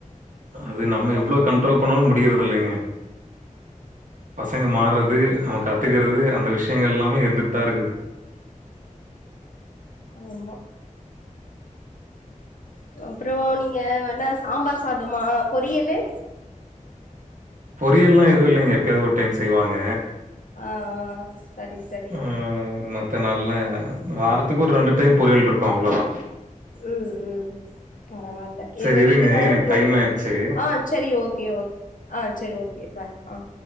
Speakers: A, on the right (about 70°); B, on the left (about 75°).
A: அது நம்ம
B: ஆமா
A: எவ்ளோ
B: கண்
A: கண்ட்ரோல் பண்ணாலு முடியிறது இல்லைங்க பசங்க மார்றது அவன் கத்துக்கறது அந்த விஷ்யோ எல்லாமே இருந்துட் தா இருக்குது
B: ஆமா அப்றோ நீங்க என்ன சாம்பார் சாதமா பொரியலு
A: பொரியல்லா எது இல்லைங்க எப்யாவது ஒரு டைம் செய்வாங்க
B: ஆ ஆ செரி செரி
A: அ மத்த நால்லா வாரத்துக்கு ஒரு ரெண்டு டைம் பொரியல் இருக்கு அவ்ளோ தா
B: ம் ம் பரவாயில்ல
A: சரி
B: எங்க
A: இருங்க,
B: வீட்டுக்காரு
A: எனக்கு
B: பொ
A: டைம் ஆயிருச்சு.
B: ஆ செரி ஓகே ஓகே ஆ செரி ஓகே பாய் ஆ